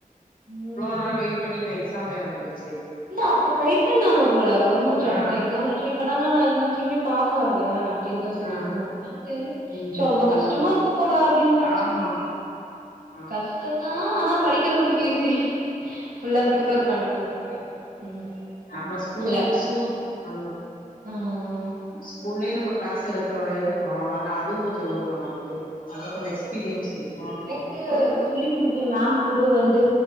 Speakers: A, on the right; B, on the left.
A: ம்
B: இவ்ளோ நாள் வெயிட் பண்ணி இப்ப எக்ஸாம் வேற வந்துருச்சே
A: இல்ல அப்ப ட்ரை பண்ணாங்க போல கவுர்மெண்ட் ஜாப்க்கு
B: ஆ
A: தா எக்ஸாம்லா ட்ரை பண்ணாங்க ஆனா <unintelligible> பாஸ் ஆவல அப்டின்னு எதோ சொல்லிட்டு
B: ஆ
A: இருந்தாங்க தெர்ல
B: ம்
A: சோ அவ்ளோ
B: ம்
A: கஷ்டமாருக்கு போல அப்டின்னு நெனைச்ச
B: ஆமா ஆ
A: கஷ்டா தா ஆனா படிக்கிறவளுக்கு ஈசி ஃபுல்லா ப்ரிப்பேர் பண்ணவங்களுக்கு ம்
B: நம்ம ஸ்கூல்
A: ஃபுல்லாப்
B: புக்ஸு ஆமா
A: ம் ம்
B: ஸ்கூல்லயே நம்ம க்ளாஸ் எடுக்கு எடுக்குறோ அதுல அ அது கொஞ்சோ வரு நமக்கு அனால கொஞ்சோ எக்ஸ்பிரியன்ஸ் இருக்கு
A: க்கு சொல்லி குடுத்த மேம் கூட வந்து